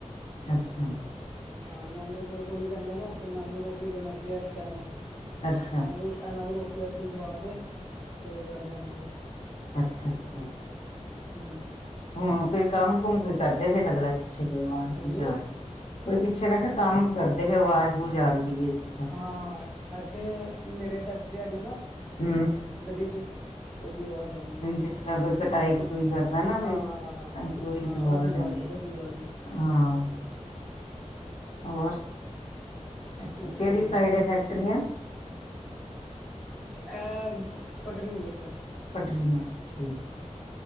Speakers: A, on the left; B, in the centre.
A: ਅੱਛਾ।
B: ਹਾਂ ਨਾਨੇ ਕੋਲ ਕੋਈ ਨੀ ਰਹਿੰਦਾ ਨਾ ਤੇ ਨਾਨੀ ਰੋਟੀ ਦੇਣ ਆਂਦੀ ਏ ਇਸ ਟਾਈਮ। ਇਹ
A: ਅੱਛਾ
B: ਇਹਨਾਂ ਨੂੰ ਰੋਟੀ ਰਾਟੀ ਖਵਾ ਕੇ ਫੇਰ ਘਰ ਜਾਂਨੇ ਆ।
A: ਅੱਛਾ, ਅੱਛਾ।
B: ਹਾਂਜੀ।
A: ਹੁਣ ਕੋਈ ਕੰਮ ਕੁਮ ਕੋਈ ਕਰਦੇ ਜੇ ਲੱਗਦਾ ਪਿੱਛੇ ਕੋਈ ਵਾਜ
B: ਹਾਂਜੀ
A: ਵੂਜ ਆ ਰਹੀ ਏ। ਕੋਈ ਪਿੱਛੇ ਮੈਂ ਕਿਹਾ ਕੰਮ ਕਰਦੇ ਪੇ ਓ ਵਾਜ਼ ਵੁਜ ਆਂਦੀ ਬੀ ਏ।
B: ਹਾਂ ਇੱਥੇ ਨੇੜੇ ਫੈਕਟਰੀ ਹੈਗੀ ਏ ਨਾ।
A: ਹੂ।
B: ਗਲੀ 'ਚ ਉਹਦੀ ਆਵਾਜ ਆ ਰੀ।
A: ਜਿਸ ਤਰ੍ਹਾਂ ਕੋਈ ਕਟਾਈ ਕਟੂਈ ਕਰਦਾ ਨਾ ਵੇ
B: ਹਾਂ ਹਾਂ ਹਾਂ ਹਾਂ
A: ਉਹੀ
B: ਹਾਂ
A: ਦਵਾ
B: ਉਹਦੀ ਆਵਾਜ਼
A: ਆਂਦੀ।
B: ਉਹਦੀ ਆਵਾਜ਼
A: ਹਾਂ ਹੋਰ। ਅੱਛ
B: ਹੋਰ
A: ਕਿਹੜੀ
B: ਵਧੀਆ
A: ਸਾਈਡ ਏ ਫੈਕਟਰੀਆਂ।
B: ਇਹ ਪਟਰੀ ਮੁੱਹਲੇ ਸੈਡ।
A: ਪਟਰੀ ਮੁਹੱਲੇ ਠੀਕ